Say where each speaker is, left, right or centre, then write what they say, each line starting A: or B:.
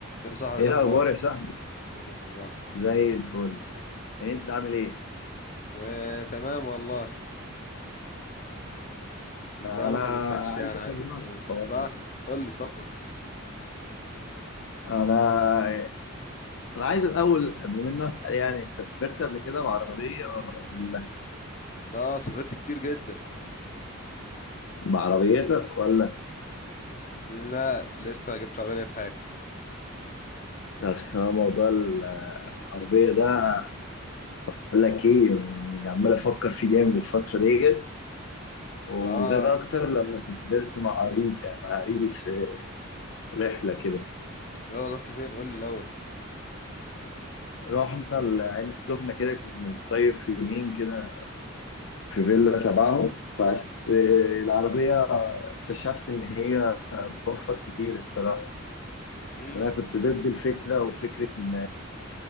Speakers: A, on the left (about 40°); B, on the left (about 60°).
A: يا صاحبي إيه
B: ايه
A: الاخبار
B: الاخبار يا صاحبي
A: كده مؤاخذة
B: زي الفل انت عامل ايه
A: آه، تمام والله بس من
B: انا
A: زمان ما كلمتكش يعني
B: عايز اكلمك
A: عايز أت-
B: في حوار
A: صح قول لي اتفضل
B: انا انا عايز الاول قبل ما اسال يعني انت سافرت قبل كده بعربيه ولا
A: اه سافرت كتير جدا
B: بعربيتك ولا
A: لا لسه ما جبتش عربيه ليا في حياتي
B: اصل أنا موضوع العربيه ده اقول لك ايه يعني عمال افكر فيه جامد الفتره ديت وزاد
A: اه
B: اكتر لما سافرت مع قريب مع قريبي في رحله كده
A: يلا رحت فين قول لي الاول
B: رحنا العين السخنه كده كنا بنصيف يومين كده في فيلا تبعهم بس آه، العربية اكتشفت إن هي بتوفر كتير الصراحة
A: امم
B: أنا كنت ضد الفكرة وفكرة إن